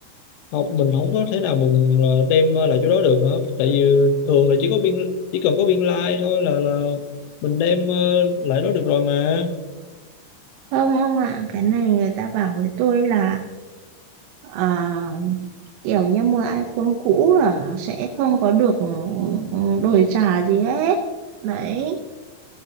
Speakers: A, on the left (about 80°); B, on the right (about 85°).
A: không mình không có thể nào mình ờ, đem lại chỗ đó được hả tại vì thường là chỉ có biên chỉ cần có biên lai thôi là là mình đem ờ, lại đó được rồi mà
B: không ông ạ cái này người ta bảo với tôi là à, kiểu như mua iPhone cũ là sẽ không có được ừ, đổi trả gì hết đấy